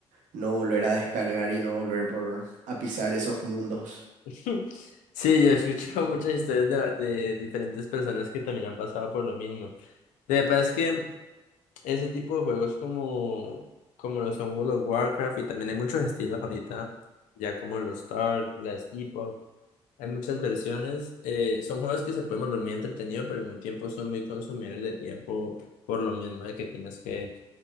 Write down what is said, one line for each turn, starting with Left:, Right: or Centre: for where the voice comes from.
Right: no volver a descargar y no volver por, a pisar esos mundos.
Left: <laughs> Sí, yo he escuchado muchas historias de, de diferentes personas que también han pasado por lo mismo. De verdad es que ese tipo de juegos como, como lo son World of Warcraft y también hay muchos estilos ahorita, ya como los Tark, las Epoch. Hay muchas versiones. eh, son juegos que se pueden volver muy entretenidos, pero al mismo tiempo son muy consumidores de tiempo por lo mismo de que tienes que